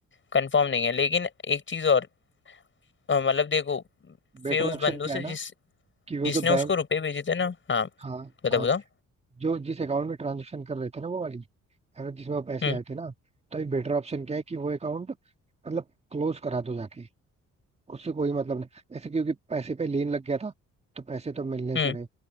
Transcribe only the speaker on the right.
बेटर
ऑप्शन
क्या
है ना
कि वो
जो
बैंक
हाँ
हाँ
जो जिस अकाउंट में ट्रांजेक्शन कर रहे थे ना वो वाली अगर जिसमें वो पैसे
आए थे ना तो ये बेटर ऑप्शन क्या है कि वो अकाउंट मतलब क्लोज करा दो जाके उससे कोई मतलब नहीं ऐसे क्योंकि पैसे पे लेन लग गया था तो पैसे तो मिलने
से रहे